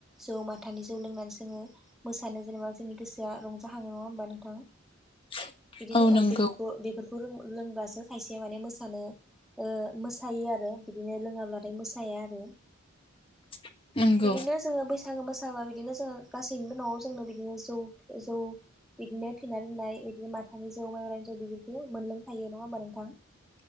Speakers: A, in the centre; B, on the left (about 25°).
A: जौ माथानि जौ लोंनानै जोङो मोसानो जेनेबा जोंनि गोसोआ रंजाखाङो नङा होमबा नोंथां
B: <inaudible>
A: बिदिनो
B: औ
A: ओ
B: नंगौ
A: बेफोरखौ बेफोरखौ रों रोंबासो खायसे माने मोसानो ओ मोसायो आरो बिदिनो लोङाब्लाथाय मोसाया आरो
B: <inaudible> नंगौ
A: बिदिनो जोङो बैसाग सागो मोसाबा बिदिनो जोङो गासैनिबो न'आव जोंनो बिदिनो जौ जौ बिदिनो फिना दोननाय बिदिनो माथानि जौ माइरानि जौ बेफोरफोरखौ मोनलोंखायो नङा होमबा नोंथा थां